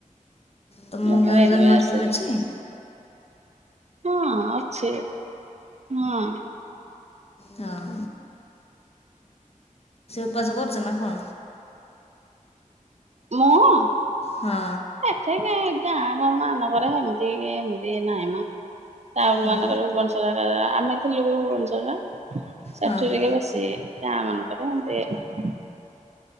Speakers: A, on the left; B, on the right.
A: ତମ
B: ମୁଁ କହିଲି
A: ଗାଁ
B: ଏଇଠି
A: ରେ ଜନ୍ମାଷ୍ଟମୀ
B: ମେସେଜ
A: ଅଛି।
B: ହଁ ଅଛି ହଁ। ହଁଁ।
A: ହଁ <inaudible> ବସ କରଛ ନା କଣ?
B: ମୁଁ?
A: ହଁ
B: ଏତେ ଗାଇ ଗାଁ ଗାଁ ମାନକରେ ଏମିତି କି ଏମିତି ନହିଁ ମ। ଟାଉନ୍
A: ହଁ
B: ମାନଙ୍କରେ ଭୁବନେଶ୍ୱର <unintelligible> ରା ଆମେ ଥିଲୁ ଭୁବନେଶ୍ଵରରେ। ସେଠି
A: ହଁ ହଁ
B: ଟିକେ ବେଶୀ ଗାଁ ମାନ କ ହେମିତି